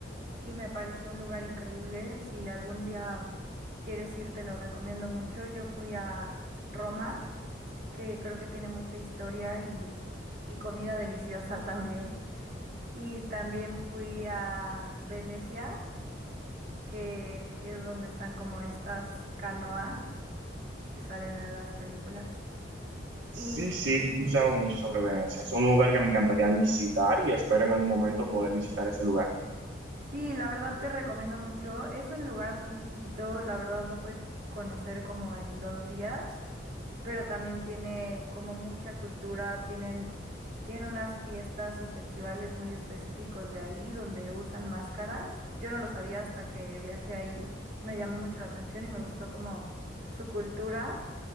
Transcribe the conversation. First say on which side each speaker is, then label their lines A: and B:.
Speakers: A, on the right (about 50°); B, on the right (about 80°).
A: y me pareció un lugar increíble. Si algún día quieres ir, te lo recomiendo mucho. Yo fui a Roma, que creo que tiene mucha historia y, y comida deliciosa <laughs> también. Y también fui a Venecia, que es donde están como estas canoas que salen en las películas.
B: Sí,
A: Y
B: sí, he escuchado mucho sobre Venecia. Es un lugar que me encantaría visitar y espero en algún momento poder visitar ese lugar.
A: sí, la verdad te recomiendo mucho. Es un lugar muy chiquito, la verdad lo puedes conocer como en dos días. pero también tiene como mucha cultura, tienen, tienen unas fiestas y festivales muy específicos de ahí donde usan máscaras. Yo no lo sabía hasta que viajé ahí, me llamó mucho la atención y me gustó como su cultura.